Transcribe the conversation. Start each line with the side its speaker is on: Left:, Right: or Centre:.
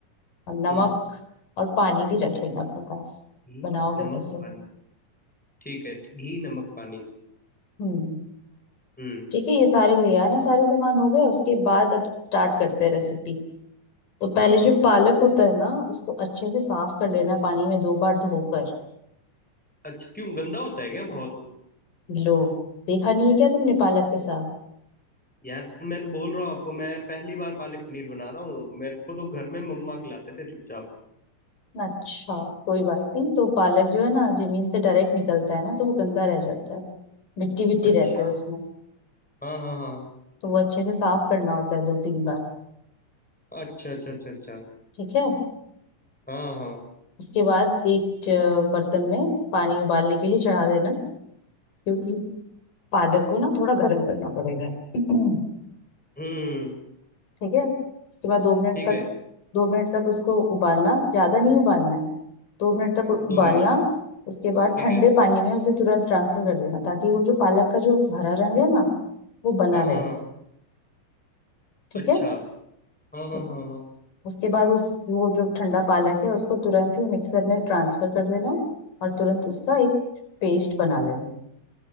Left: और नमक
Centre: हम्म
Left: और पानी भी रख लेना अपने पास
Centre: घी,
Left: बनाओगे
Centre: नमक
Left: कैसे
Centre: पानी ठीक है घी नमक पानी
Left: हम्म
Centre: हम्म
Left: ठीक है ये सारे ले आना सारे सामान हो गए उसके बाद अब स्टार्ट करते हैं रेसिपी तो पहले
Centre: हाँ
Left: जो
Centre: हाँ।
Left: पालक होता है ना उसको अच्छे से साफ कर लेना पानी में दो बार धोकर
Centre: अच्छा क्यों गंदा होता है क्या बहुत वो
Left: लो देखा नहीं है क्या तुमने पालक के साथ
Centre: यार मैं तो बोल रहा हूँ आपको मैं पहली बार पालक पनीर बना रहा हूँ मेरे को तो घर में मम्मा खिलाते थे चुपचाप
Left: अच्छा कोई बात नहीं तो पालक जो है ना जमीन से डायरेक्ट निकलता है ना तो वो गंदा रह जाता है मिट्टी विट्टी
Centre: अच्छा
Left: रहते हैं उसमें
Centre: हाँ हाँ हाँ
Left: तो वो अच्छे से साफ करना होता है दो तीन बार
Centre: अच्छा अच्छा अच्छा अच्छा
Left: ठीक है
Centre: हाँ हाँ
Left: उसके बाद एक ज- बर्तन में पानी उबालने के लिए चढ़ा देना क्योंकि पालक को ना थोड़ा गर्म करना पड़ेगा <clears throat>
Centre: हम्म
Left: ठीक है उसके बाद दो मिनट
Centre: ठीक
Left: तक
Centre: है
Left: दो मिनट तक उसको उबालना ज्यादा नहीं उबालना है दो मिनट तक उबालना
Centre: दो मिनट
Left: उसके बाद
Centre: ठीक
Left: ठंडे
Centre: है
Left: पानी में उसे तुरंत ट्रांसफर कर देना ताकि वो जो पालक का जो हरा रंग है ना वो बना
Centre: हाँ हाँ
Left: रहे
Centre: हाँ
Left: ठीक
Centre: अच्छा
Left: है
Centre: हाँ हाँ
Left: उ-
Centre: हाँ हाँ
Left: उसके बाद उस वो जो ठंडा पालक है उसको तुरंत ही मिक्सर में ट्रांसफर कर देना और तुरंत उसका एक पेस्ट बना लेना